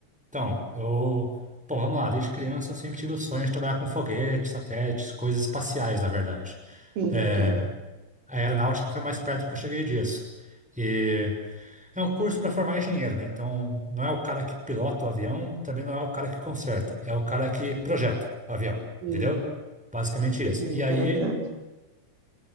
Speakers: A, in the centre; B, on the right.
A: Então, eu. Bom, vamos lá. Desde criança eu sempre tive o sonho de trabalhar com foguetes, satélites, coisas espaciais, na verdade.
B: Sim,
A: É,
B: claro.
A: a aeronáutica foi mais perto que eu cheguei disso. E é um curso para formar engenheiro, né? Então, não é o cara que pilota o avião, também não é o cara que conserta, é o cara que projeta o avião,
B: Sim,
A: entendeu? Basicamente isso.
B: sim,
A: E
B: interessante.
A: aí.